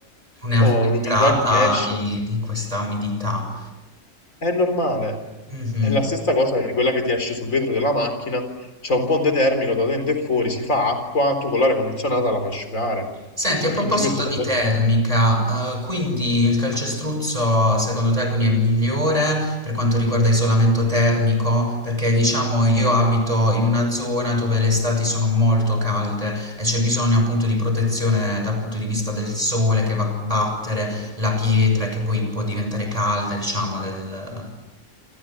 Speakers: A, on the right (about 25°); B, on the left (about 75°).
A: Una
B: oh,
A: filtrata
B: l'umidità che ti esce.
A: di di questa umidità.
B: È normale.
A: Mh-mh.
B: È la stessa cosa di quella che ti esce sul vetro della macchina. C'è un ponte termico da dentro e fuori, si fa acqua, tu con l'aria condizionata la fai asciugare.
A: Senti,
B: Il
A: a proposito
B: principio è totalmente
A: di termica, uhm, quindi il calcestruzzo secondo te quindi è migliore per quanto riguarda isolamento termico? Perché diciamo io abito in una zona dove le estati sono molto calde e c'è bisogno appunto di protezione dal punto di vista del sole che va a battere la pietra e che poi può diventare calda, diciamo del